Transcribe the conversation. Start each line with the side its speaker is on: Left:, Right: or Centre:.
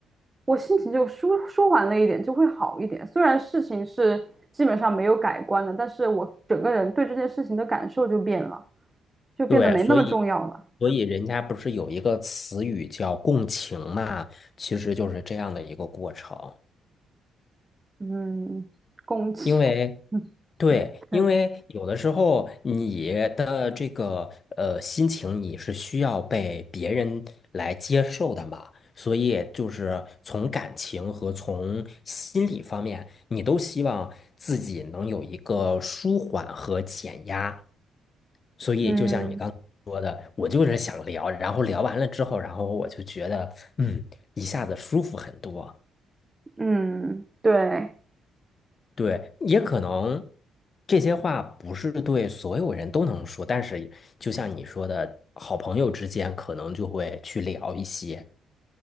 Right: 我心情就舒舒缓了一点，就会好一点。虽然事情是基本上没有改观的，但是我整个人对这件事情的感受就变了，就变得没那么重要了。
Left: 对，所以，所以人家不是有一个词语叫共情嘛，其实就是这样的一个过程。
Right: 嗯，共情，
Left: 因为，
Right: 嗯，
Left: 对，
Right: 对，
Left: 因为有的时候你的这个呃心情你是需要被别人来接受的嘛，所以就是从感情和从心理方面，你都希望自己能有一个舒缓和减压。所以就像你刚才说的，
Right: 嗯。
Left: 我就是想聊，然后聊完了之后，然后我就觉得嗯，一下子舒服很多。
Right: 嗯，对
Left: 对，也可能这些话不是对所有人都能说，但是就像你说的，好朋友之间可能就会去聊一些。